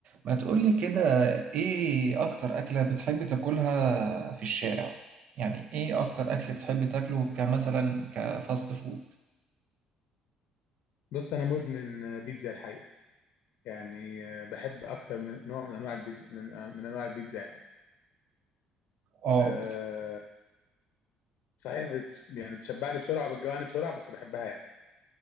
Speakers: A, on the right; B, on the left.
A: ما تقولي كده ايه اكتر اكلة بتحب تاكلها في الشارع يعني ايه اكتر اكل بتحب تاكله كمثلا كفاست فود
B: بص انا مدمن بيتزا الحقيقه يعني آه، بحب اكتر من نوع من انواع البيتزا من آه، من انواع البيتزا يعني
A: اه
B: أه
A: بت...
B: صحيح بت يعني بتشبعني بسرعه بتجوعني بسرعه بس بحبها يعني